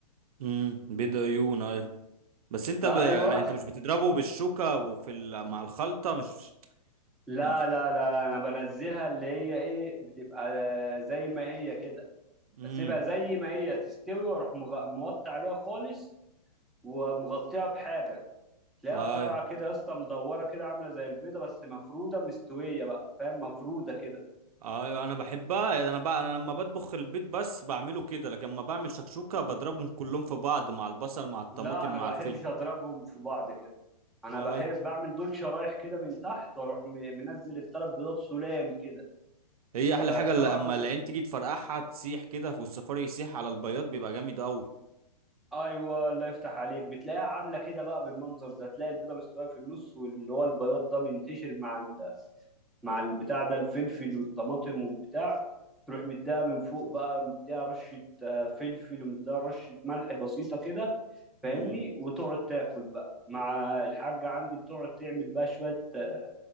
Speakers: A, on the right (about 65°); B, in the centre.
A: امم بيض عيون ايوه بس انت
B: ايوه
A: ب... يعني انت مش بتضربه بالشوكة وفي ال... مع الخلطة مش
B: لا
A: ال...
B: لا لا لا، انا بنزلها اللي هي ايه بتبقى زي ما هي كده
A: امم
B: بسيبها زي ما هي تستوي واروح مغ- موطي عليها خالص ومغطيها بحاجه تلاقيها
A: ايوه
B: طالعه كده يا اسطى مدوره كده عامله زي البيضه بس مفروده مستويه بقى فاهم مفروده كده
A: ايوه انا بحبها انا بقى انا لما بطبخ البيت بس بعمله كده لكن لما بعمل شكشوكه بضربهم كلهم في بعض مع البصل مع الطماطم
B: لا انا
A: مع
B: ما
A: الفلفل
B: بحبش اضربهم في بعض كده انا
A: ايوه
B: بحب بعمل دول شرايح كده من تحت واروح م- منزل الثلاث بيضات سلام كده
A: هي
B: أبقى-
A: احلى حاجه اللي
B: طبعا
A: اما العين تيجي تفرقعها تسيح كده والسفاري يسيح على البياض بيبقى جامد قوي
B: ايوه الله يفتح عليك بتلاقيها عامله كده بقى بالمنظر ده تلاقي البيضه مستويه في النص واللي هو البياض ده منتشر مع ال... مع البتاع ده الفلفل والطماطم والبتاع تروح مديها من فوق بقى مديها رشه آه، فلفل ومديها رشه ملح بسيطه كده فاهمني
A: امم
B: وتقعد تاكل بقى مع الحاجه عندي بتقعد تعمل بقى شويه آه،